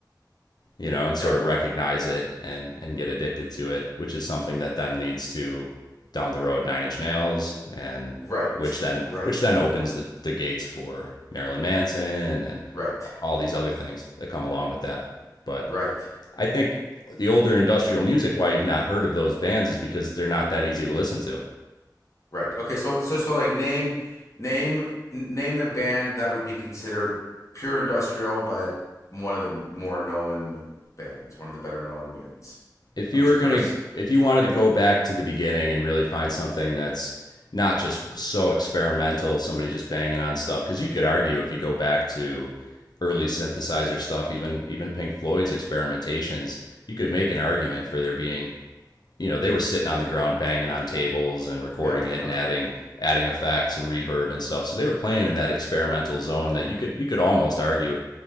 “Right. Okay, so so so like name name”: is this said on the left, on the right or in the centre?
Left